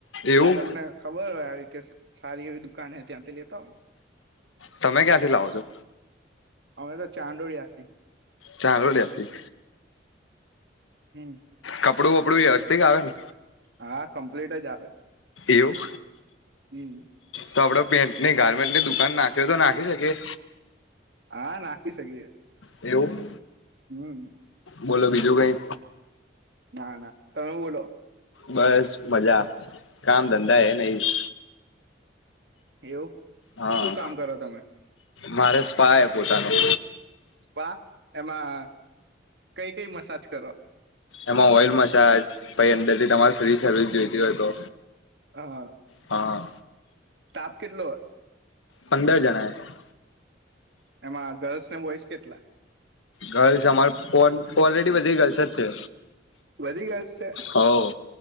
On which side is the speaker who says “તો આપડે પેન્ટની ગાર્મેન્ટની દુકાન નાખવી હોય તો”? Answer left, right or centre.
Left